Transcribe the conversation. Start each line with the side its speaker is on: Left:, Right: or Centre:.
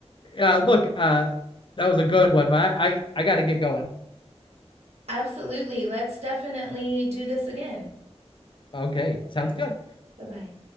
Left: uh, look, uh, that was a good one, but I, I, I got to get going.
Right: Absolutely. Let's definitely do this again.
Left: Okay, sounds
Right: Alright.
Left: good.
Right: Bye-bye.